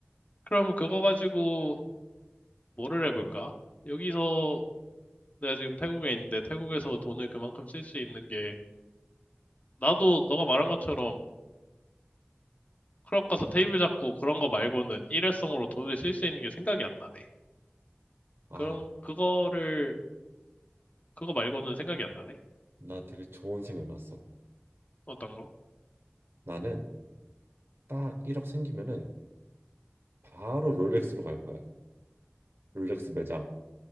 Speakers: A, on the left; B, on the right.
A: 그럼 그거 가지고 뭐를 해볼까? 여기서 내가 지금 태국에 있는데 태국에서 돈을 그만큼 쓸 수 있는 게 나도 너가 말한 것처럼 클럽 가서 테이블 잡고 그런 거 말고는 일회성으로 돈을 쓸 수 있는 게 생각이 안 나네.
B: 아,
A: 그런 그거를 그거 말고는 생각이 안 나네.
B: 나 되게 좋은 생각 났어.
A: 어떤 거?
B: 나는 딱 1억 생기면은 바로 롤렉스로 갈 거야. 롤렉스 매장.